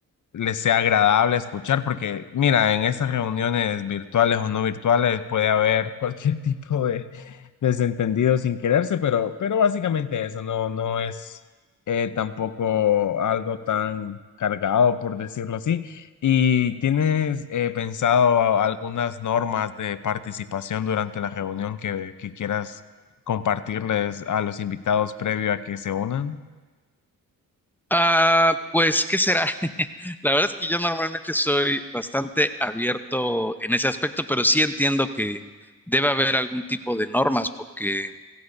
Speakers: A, on the left; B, in the centre.
A: les sea agradable escuchar, porque mira, en estas reuniones virtuales o no virtuales puede haber <laughs> cualquier tipo de desentendido sin quererse, pero, pero básicamente eso no, no es eh, tampoco algo tan cargado, por decirlo así. ¿Y tienes eh, pensado a- algunas normas de participación durante la reunión que, que quieras compartirles a los invitados previo a que se unan?
B: Ah, pues, ¿qué será? <laughs> La verdad es que yo normalmente soy bastante abierto en ese aspecto, pero sí entiendo que debe haber algún tipo de normas, porque